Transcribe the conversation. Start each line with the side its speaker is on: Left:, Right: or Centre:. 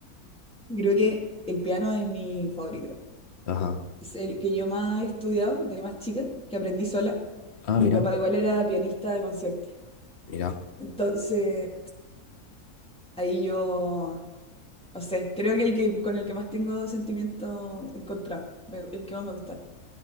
Centre: Creo que el piano es mi favorito.
Left: Ajá.
Centre: Es el que yo más he estudiado de más chica, que aprendí sola.
Left: Ah,
Centre: Mi
Left: mirá,
Centre: papá igual era pianista de concierto.
Left: mirá.
Centre: Entonces, ahí yo, no sé, creo que el que con el que más tengo sentimiento encontrado, me- el que más me gusta.